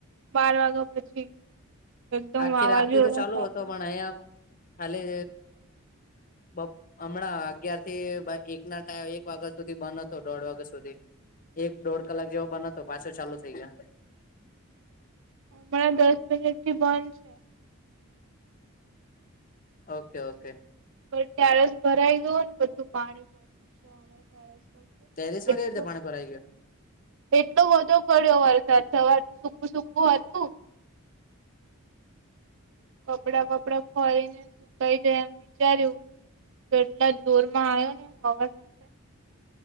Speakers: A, on the right; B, on the left.
A: બાર વાગા પછી. એકદમ
B: આખી
A: વાવાઝોડા
B: રાતથી તો ચાલુ
A: સાથે
B: હતો પણ અહિયાં ખાલી બપ હમણાં અગીયારથી એક ના ટાઈ એક વાગા સુધી બંધ હતો દોઢ વાગા સુધી. એક દોઢ કલાક જેવો બન હતો પાછો ચાલુ થઈ ગયો.
A: હમણાં દસ મિનિટથી બંધ છે.
B: ઓકે ઓકે
A: પણ ટેરસ ભરાઈ ગયોને બધું પાણી પડતું છે હવે ટેરેસ પર.
B: ટેરસમાં
A: એટલો
B: કઈ રીતે પાણી ભરાઈ ગયો?
A: એટલો બધો પડ્યો વરસાદ સવારથી સુકું સુકું હતું. કપડાં વપડા ખોલીને સુકાઈ જાય એમ વિચાર્યું. તો એટલા જોરમાં આયો ને હવા સાથ